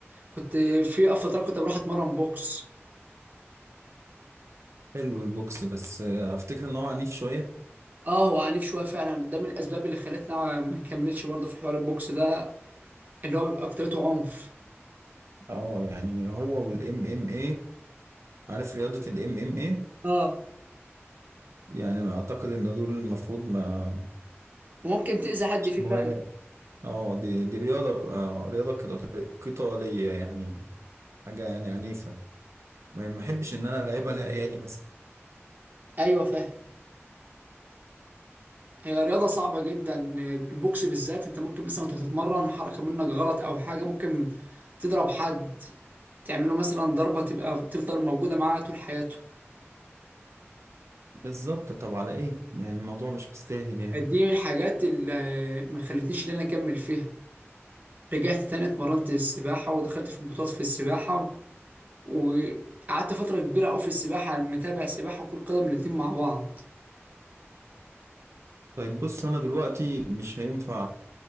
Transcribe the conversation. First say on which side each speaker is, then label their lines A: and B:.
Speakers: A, on the right; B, on the right.
A: كنت في فترات كنت بروح اتمرن بوكس
B: حلو البوكس بس آه، افتكر ان هو عنيف شوية
A: اه هو عنيف شويه فعلا ده من الاسباب اللي خلتنا ما نكملش برضو في حوار البوكس ده اللي هو بيبقى اكترته عنف
B: اه يعني هو والام ام اي عارف رياضة الام ام اي
A: اه
B: يعني اعتقد ان دول المفروض ما
A: ممكن تأذي حد فيه
B: مواهب
A: فعلا
B: اه دي دي رياضة آه رياضة قتال- قتالية يعني حاجة يعني عنيفة ما ما بحبش ان انا العبها لعيالي مثلا
A: ايوه فاهم هي رياضة صعبة جدا البوكس بالذات انت ممكن مثلا وانت بتتمرن حركة منك غلط او حاجة ممكن تضرب حد تعمله مثلا ضربة تبقى تفضل موجودة معاه طول حياته
B: بالظبط طب على ايه يعني الموضوع مش مستاهل يعني
A: دي من الحاجات اللي ما خلتنيش ان انا اكمل فيها رجعت تاني اتمرنت السباحة ودخلت في بطولات في السباحة وقعدت فترة كبيرة قوي في السباحة متابع سباحة وكرة قدم الاتنين مع بعض
B: طيب بص انا دلوقتي مش هينفع